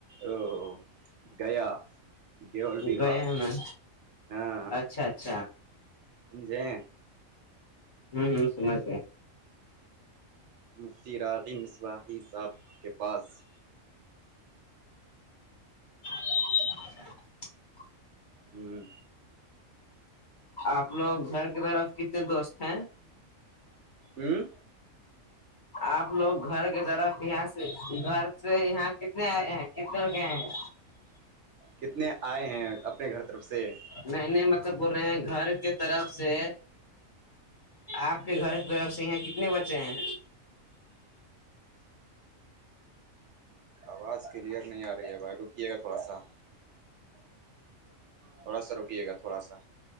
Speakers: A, on the right (about 65°); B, on the left (about 40°).
A: ا گیا دول بیگھہ
B: گئے ہمیں
A: ہاں
B: اچھا اچھا
A: سمھے
B: ہوں ہ سمائ کیا
A: مفتی راغی مصواحی صاحب کے پاس
B: <unintelligible>
A: ہوں
B: آپ لوگ گھر کی طرف کتنے دوست ہیں
A: ہوں
B: آپ لوگ گھر کی طرف یہاں سے گھر سے یہاں کتنے آ ہیں کتنے لوگئے ہیں
A: کتنے آئے ہیں اپنے گھر طرف سے
B: میں نہیں مطلب بول رہے ہیں گھر کی طرف سے آپ کے گھر کی طرف سے یہاں کتنے بچے ہیں
A: آواز کلیئر نہیں آ رہی ہے بھائی رکیے گا تھوڑا سا تھوڑا سا روکیے گا تھوڑا سا